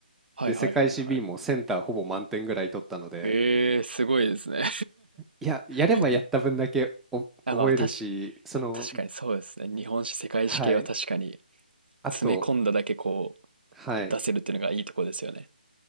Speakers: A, on the right; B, in the centre.
A: はいはいはいはい。
B: で、世界史 B もセンターほぼ満点ぐらい取ったので、
A: ええ、すごいですね。
B: いや、やればやった分だけお覚えるし、
A: <laughs> うんあ、まあ、確、
B: その、
A: 確かにそうですね。日本史、世界史系は確かに
B: はい、あと、
A: 詰め込んだだけこ
B: はい。
A: う出せるっていうのがいいとこですよね。